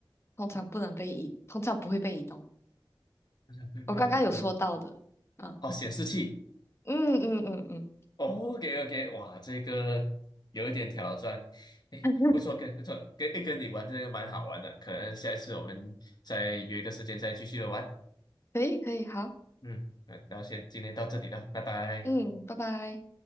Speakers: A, on the left; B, on the left.
A: 通常不能被移，通常不会被移动。
B: 好像会被移动。
A: 我刚刚有说到的，嗯
B: 哦，显示器。
A: 嗯嗯嗯
B: 哦，OK OK，哇，这个有一点挑战。哎，
A: 嗯，<laughs>
B: 不错，跟不错，跟诶跟你玩这个蛮好玩的。可能下一次我们再约个时间再继续的玩。
A: 可以可以，好，
B: 嗯，呃然后先今天到这里了，拜拜。
A: 嗯，拜拜。